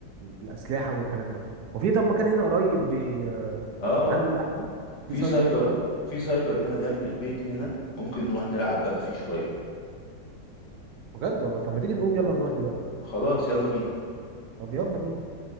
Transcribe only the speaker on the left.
اه
في
سايبر
في سايبر هنا جنب البيت هنا ممكن نروح نلعب بقى فيه شوية
خلاص يلا بينا